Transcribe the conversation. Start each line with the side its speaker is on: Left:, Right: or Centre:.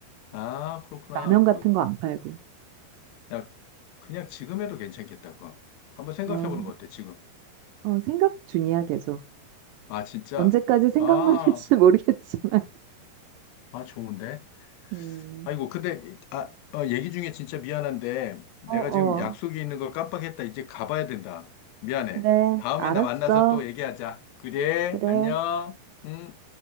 Left: 아, 그렇구나.
Right: 라면 같은
Left: 그,
Right: 거 안 팔고.
Left: 야, 그냥 지금 해도 괜찮겠다, 그거. 한번 생각해
Right: 어,
Left: 보는 거 어때, 지금?
Right: 어, 생각 중이야 계속.
Left: 아, 진짜?
Right: 언제까지 생각만
Left: 아,
Right: <laughs> 할지 모르겠지만.
Left: 아, 좋은데?
Right: 음.
Left: 아이고, 근데, 이- 아, 어, 얘기 중에 진짜 미안한데, 내가
Right: 어, 어.
Left: 지금 약속이 있는 걸 깜빡했다. 이제 가봐야 된다. 미안해.
Right: 그래,
Left: 다음에
Right: 알았어.
Left: 나 만나서 또 얘기하자. 그래,
Right: 그래.
Left: 안녕. 응.